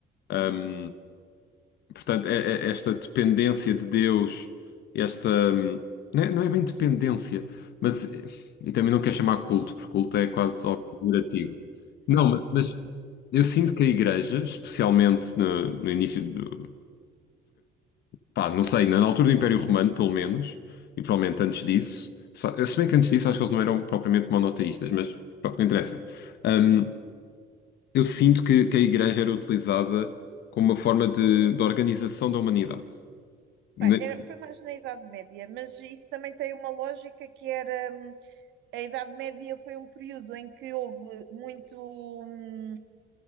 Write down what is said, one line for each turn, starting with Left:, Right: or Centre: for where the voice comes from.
Left: hum, portanto, é- é- esta dependência de Deus, esta, hum, não é, não é bem dependência, mas, e também não quero chamar culto, porque culto é quase algo pejorativo. Não, mas mas eu sinto que a Igreja, especialmente no, no início do, Pá, não sei, na altura do Império Romano, pelo menos, e provavelmente antes disso, só- se bem que antes disso acho que eles não eram propriamente monoteístas, mas pronto, não interessa. Hum, eu sinto que, que a igreja era utilizada como uma forma de, de organização da humanidade. Ne-
Right: Pá, era- foi mais na Idade Média, mas isso também tem uma lógica que era, hum, a Idade Média foi um período em que houve muito, hum,